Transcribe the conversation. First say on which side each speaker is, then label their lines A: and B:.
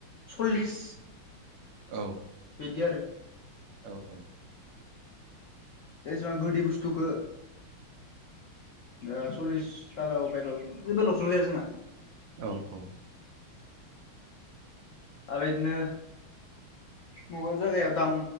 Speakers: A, on the left; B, on the right.
A: सल्लिस
B: औ
A: बेदि आरो
B: औ औ
A: एसेबां गोदै बुस्थुखौ दा सल्लिस थाखायाव बायबाबो जेबो लकसुं जाया जोंहा
B: औ औ
A: आ बिदिनो मबा जायगायाव दाम